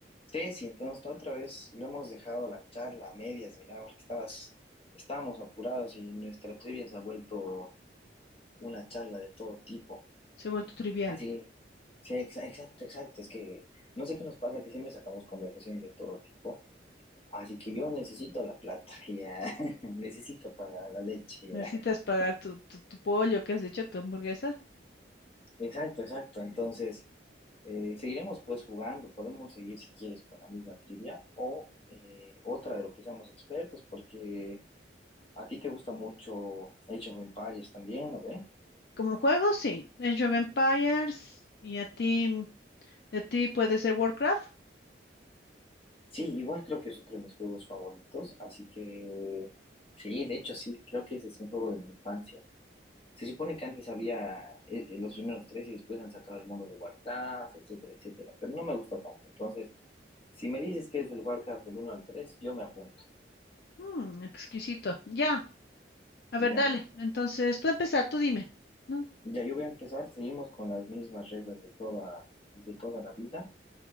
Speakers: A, on the left; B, on the left.
A: Ceci, entonces la otra vez lo hemos dejado la charla a medias, mira, porque estabas, estábamos apurados y nuestra trivia se ha vuelto una charla de todo tipo.
B: Se ha vuelto trivial.
A: Así, sí, exa- exacto, exacto. Es que no sé qué nos pasa, que siempre sacamos conversación de todo tipo. Así que yo necesito la plata, <laughs> ya. Necesito para la leche,
B: Necesitas
A: ya.
B: pagar tu, tu, tu pollo, que has dicho? Tu hamburguesa.
A: Exacto, exacto. Entonces, eh, seguiremos pues jugando, podemos seguir si quieres con la misma trivia o eh, otra de lo que seamos expertos, porque ¿A ti te gusta mucho Age of Empires también, no ve?
B: Como juego, sí. Age of Empires y a ti, de ti puede ser Warcraft.
A: Sí, igual creo que es otro de mis juegos favoritos, así que sí, de hecho sí, creo que ese es un juego de mi infancia. Se supone que antes había eh, eh, los primeros tres y después han sacado el mundo de Warcraft, etcétera, etcétera, pero no me gusta tanto. Entonces, si me dices que es del Warcraft del uno al 3, yo me apunto.
B: Mm, exquisito. Ya, a
A: Ya,
B: ver, dale. Entonces, tú empieza, tú dime. ¿No?
A: ya yo voy a empezar, seguimos con las mismas reglas de toda, de toda la vida